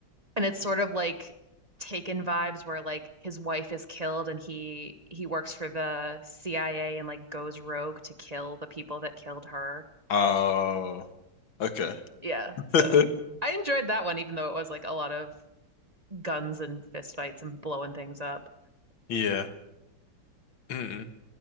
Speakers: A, on the right (about 25°); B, on the left (about 85°).
A: And it's sort of like Taken vibes where like his wife is killed and he he works for the CIA and like goes rogue to kill the people that killed her.
B: Oh. Okay.
A: Yeah,
B: <laughs>
A: so I enjoyed that one even though it was like a lot of guns and fistfights and blowing things up.
B: Yeah. Mm-mm.